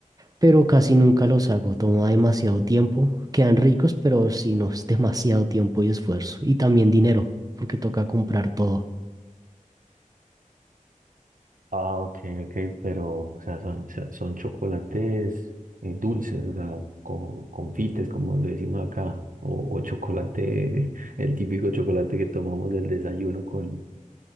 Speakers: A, on the right; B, on the right.
A: pero casi nunca los hago, toma demasiado tiempo, quedan ricos, pero sí, no, es demasiado tiempo y esfuerzo y también dinero, porque toca comprar todo.
B: Ah, ok, ok, pero, o sea, son, son son chocolates eh, dulces, o sea, co- confites, como le decimos acá, o, o chocolate, <laughs> el típico chocolate que tomamos del desayuno con,